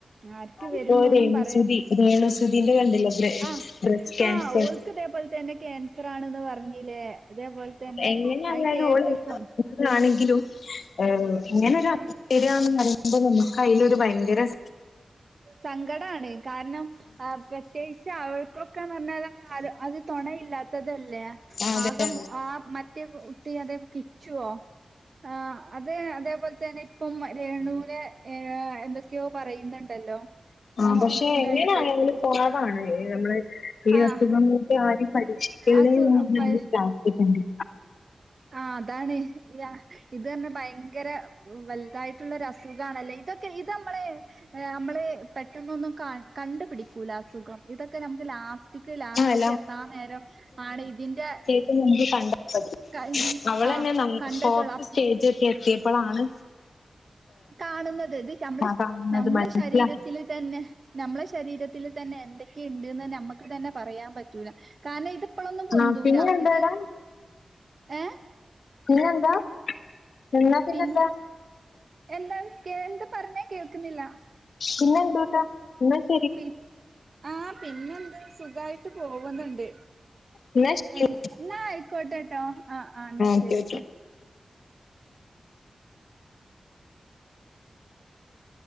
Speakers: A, on the right (about 50°); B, on the left (about 80°).
A: ആർക്ക്
B: അതിപ്പോ
A: വരുന്നൊന്നും
B: രേണുസുതി
A: പറയാം
B: രേണുസുതിന്റെ കണ്ടില്ലേ ബ്ര
A: ആഹാ
B: ബ്രസ്റ്റ് ക്യാൻസർ
A: ആഹാ ഓല്- ഇതേപോലെ തന്നെ ക്യാൻസർ ആണന്ന് പറഞ്ഞില്ലേ? അതേപോലെ തന്നെ
B: എങ്ങനെയുള്ളരു
A: അത് കേട്ടപ്പം
B: ഓൾ- ഇതാണെങ്കിലും ഏഹ് ഇങ്ങനെ-
A: ആഹ്
B: ശരിയാന്ന് പറയുമ്പോൾ നമ്മുക്ക്- അയ്ലൊരു ഭയങ്കര-
A: സങ്കടാണ് കാരണം ആഹാ പ്രത്യേ- ക്ഷേ അവൾക്കൊക്കെന്ന്- പറഞ്ഞാൽ അത അത്, തുണയില്ലാത്തത്- ഇതല്ലേ
B: അതെ
A: ആകെ
B: അതെ
A: ആഹാ മറ്റേ കുട്ടി അതെ കിച്ചുവോ? ആഹ് അതേ അതേപോലെ തന്നെ ഇപ്പം രേണുവിനെ ഏ എന്തൊക്കെയോ പറയുന്നുണ്ടല്ലോ.
B: ആ
A: മോ
B: പക്ഷെ
A: ഇതായിട്ട്
B: എങ്ങനെആയാലും പാവമാണ്. നമ്മള് ഈ
A: ആഹ്
B: അസുഖക്കെ ആരെയും പരീ കൊടുക്കല്ലേന്ന്
A: അസു
B: നമ്മുക്ക്
A: പ
B: പ്രാർത്ഥിക്കേണ്ടി
A: ആ അതാണ് ഇത് തന്നെ ഭയങ്കര വല്ലാ ഇതായിട്ടുള്ള അസുഖാണല്ലേ ഇതൊക്കെ ഇത് നമ്മള് നമ്മള് പെട്ടെന്നൊന്നും കണ്ടുപിടിക്കൂല അസുഖം ഇതൊക്കെ നമ്മുക്ക് ലാസ്റ്റിക് ലാസ്റ്റിക്
B: ആഹ്
A: എത്താൻ നേരം ആണ് ഇതിന്റെ
B: <unintelligible>
A: കഴിഞ്ഞ്
B: അവളെ
A: ആഹ്
B: ഞാൻ
A: കണ്ടെത്തുള്ളൂ
B: ഫോർത്ത്
A: അപ്പ
B: സ്റ്റേജ് ഒക്കെ എത്തിയപ്പോളാണ്
A: കാണുന്നത് ഇത് നമ്മളെ
B: കാണുന്നത്
A: നമ്മളെ
B: മനസ്സിലാക്കി
A: ശരീരത്തില് തന്നെ നമ്മളെ ശരീരത്തിൽ തന്നെ എന്തൊക്കെയുണ്ട്ന്ന് നമ്മുക്ക് തന്നെ പറയാൻ പറ്റൂല. കാരണം ഇതിപ്പോളൊന്നും പൊന്തൂല
B: ആഹ് പിന്നെ എന്താടാ
A: ഇത് ഏ
B: പിന്നെന്താ എന്നാ പിന്നെന്താ?
A: പിൻ എന്താണ് ക്കേ എന്താ പറഞ്ഞേ കേൾക്കുന്നില്ല
B: പിന്നെ എന്തൂട്ടാ പിന്നെ
A: പി ആ പിന്നെന്ത് സുഖായിട്ട് പോവുന്നുണ്ട്.
B: എന്നാ ശരി
A: എന്ന എന്നാ ആയിക്കോട്ടെ കേട്ടോ ആഹ് ആ എന്നാ ശരി.
B: ഓക്കെ ഓക്കെ